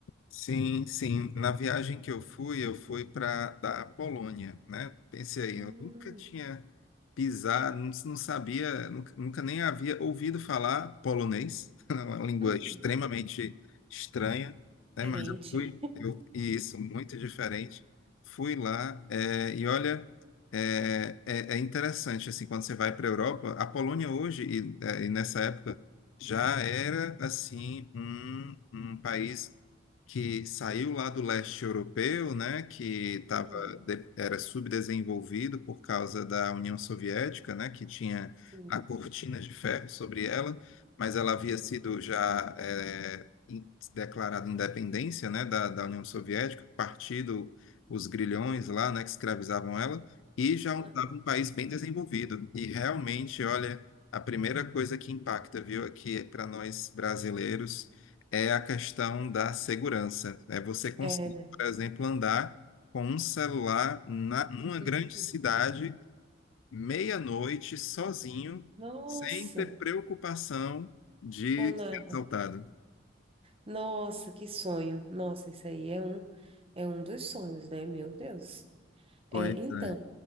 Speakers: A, on the left (about 80°); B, on the right (about 30°).
A: Sim, sim. Na viagem que eu fui, eu fui para da Polônia, né? Pensei aí,
B: Hum,
A: eu nunca tinha pisado, não, não sabia, nunca, nunca nem havia ouvido falar polonês, <laughs> é uma língua
B: uhum.
A: extremamente estranha, né?
B: Diferente.
A: Mas eu fui, eu, e isso, muito diferente. Fui lá, eh, e olha, é, é, é interessante, assim, quando você vai para a Europa, a Polônia hoje, e, eh, e nessa época, já era, assim, um, um país que saiu lá do leste europeu, né, que tava,
B: Aham,
A: de- era subdesenvolvido por causa da União Soviética, né, que tinha
B: Sim.
A: a cortina de ferro sobre ela, mas ela havia
B: Aham,
A: sido já é, in- declarada independência, né, da, da União Soviética, partido os grilhões lá, né, que escravizavam ela, e já estava
B: aham.
A: um país bem desenvolvido. E realmente, olha, a primeira coisa que impacta, viu, aqui para nós brasileiros é a questão da segurança. É você conseguir,
B: É, né?
A: por exemplo, andar com um celular na, numa grande
B: Uhum.
A: cidade, meia-noite, sozinho,
B: Nossa,
A: sem ter preocupação de
B: com nada.
A: ser assaltado.
B: Nossa, que sonho. Nossa, isso aí é um, é um dos sonhos, né? Meu Deus.
A: Pois
B: É, então,
A: é.